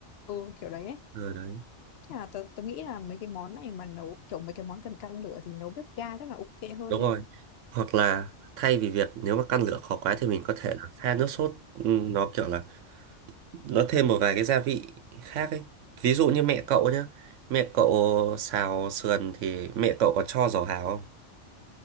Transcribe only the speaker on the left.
ừ kiểu đấy ấy
nhưng mà tớ, tớ nghĩ là mấy cái món này mà nấu kiểu mấy cái món cần căn lửa thì nấu bếp ga chắc là ok hơn